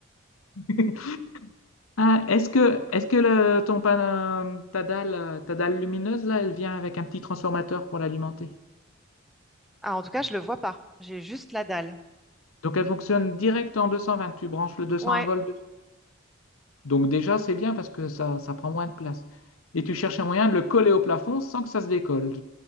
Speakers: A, on the left; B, in the centre.
A: <laughs> Ah, est-ce que, est-ce que le- ton pan- euh, ta dalle, euh, ta dalle lumineuse, là, elle vient avec un petit transformateur pour l'alimenter?
B: Ah, en tout cas, je le vois pas. J'ai juste la dalle.
A: Donc elle fonctionne direct en 220, tu branches le 201
B: Ouais,
A: volts dessus. Donc déjà, c'est bien parce que ça, ça prend moins de place. Et tu cherches un moyen de le coller au plafond sans que ça se décolle.